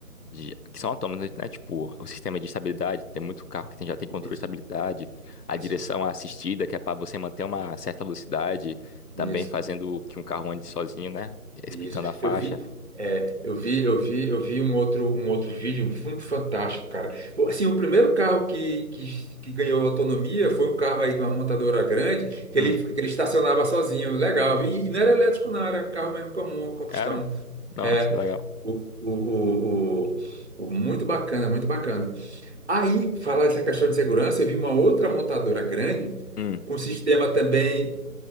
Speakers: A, on the left (about 85°); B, on the right (about 45°).
A: de que são autônomos, né? Tipo, o sistema de estabilidade, tem muito carro que tem- já tem controle
B: Isso,
A: de estabilidade, a
B: isso,
A: direção assistida, que é para você manter uma certa velocidade,
B: isso,
A: também fazendo que um carro ande sozinho, né? Respeitando
B: isso.
A: a faixa.
B: Eu vi, é, eu vi, eu vi, eu vi um outro, um outro vídeo muito fantástico, cara. O- Assim, o primeiro carro que, que, que ganhou autonomia foi um carro aí de uma montadora grande que
A: Hum,
B: ele, que ele estacionava sozinho, legal. E, não era elétrico, não, era carro mesmo comum, combustão.
A: era? Nossa,
B: É,
A: que legal.
B: o, o, o, o- o- muito bacana, muito bacana. Aí, falar essa questão de segurança, eu vi uma outra montadora grande
A: Hum.
B: com sistema também